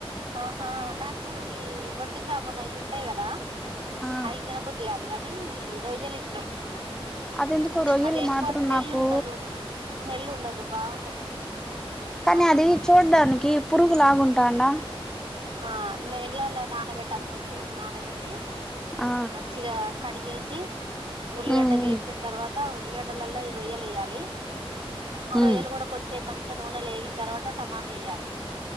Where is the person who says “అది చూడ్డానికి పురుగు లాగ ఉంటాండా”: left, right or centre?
Centre